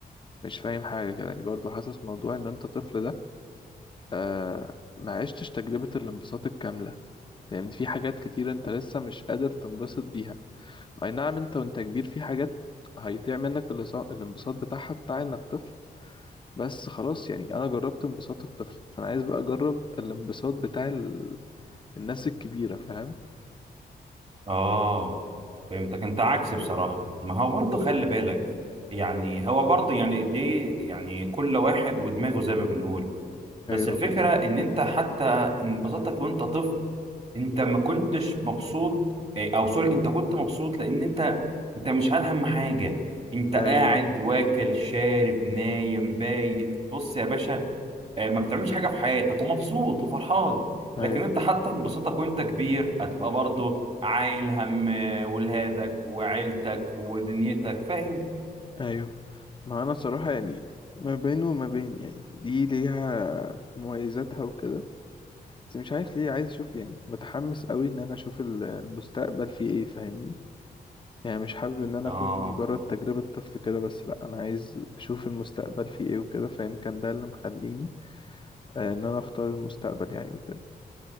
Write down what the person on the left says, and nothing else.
مش فاهم حاجة كده يعني برضو حاسس موضوع ان انت طفل ده أه ما عشتش تجربة الانبساط الكاملة فاهمني في حاجات كتير انت لسه مش قادر تنبسط بيها اي نعم انت وانت كبير في حاجات هيضيع منك الانصا- الانبساط بتاعها بتاع انك طفل بس خلاص يعني انا جربت انبساط الطفل فانا عايز بقى اجرب الانبساط بتاع ال... الناس الكبيرة فاهم
مم.
ايوه
بالظبط
ايوه
ايوه
ايوه ما انا صراحة يعني ما بين وما بين يعني دي ليها مميزاتها وكده بس مش عارف ليه عايز اشوف يعني متحمس قوي ان انا اشوف ال- المستقبل فيه ايه فاهمني يعني مش حابب ان انا
اكون مجرد تجربة طفل كده بس لا انا عايز اشوف المستقبل فيه ايه وكده فيمكن ده اللي مخليني آه، ان انا اختار المستقبل يعني وكده